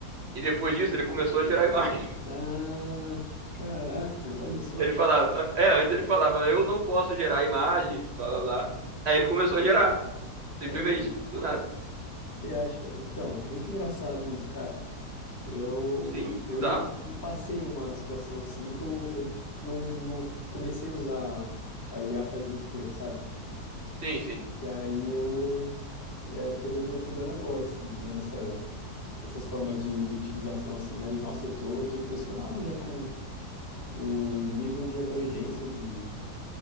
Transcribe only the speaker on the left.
ah, caraca, olha só,
olha,
você acha? Então, muito engraçado isso, cara. Eu,
eu
ainda não não passei uma situação assim que eu, eu não, não comecei a usar a IA faz muito tempo, sabe?
Daí eu é, tô me aprofundando agora, assim, vendo essa, essas formas de, de utilização, assim. Mas, nossa, eu tô, tô impressionado já com o nível de abrangência de,